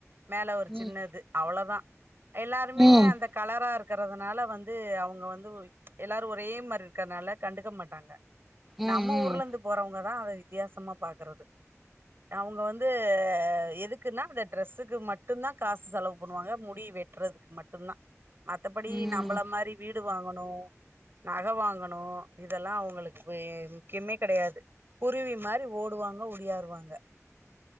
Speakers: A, on the right; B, in the centre.
A: மேல ஒரு
B: ம்
A: சின்ன இது அவ்ளோதா எல்லாருமே
B: ம்
A: அந்த
B: ம்
A: கலரா இரு க்கறதுனால வந்து அவுங்க வந்து எல்லாரு ஒரே மாரி இருக்கறனால கண்டுக்க மாட்டாங்க நம்ம
B: ம்
A: ஊர்லந்து
B: ம்
A: போறவங்க தா அத வித்தியாசமா பாக்குறது அவ்ங்க வந்து எதுக்குன்னா அந்த ட்ரெஸ்க்கு மட்டுந்தா காசு செலவு பண்ணுவாங்க முடி வெட் ட்றதுக் மட்டுந்தா மத்தப்படி
B: ம்
A: நம்பள மாரி வீ டு வாங்கணு நக வாங்கணு இதெல்லா அவ்ங்களுக்கு வே முக்கியமே கெடையாது குருவி மாரி ஓடுவாங்க ஒடியாறுவாங்க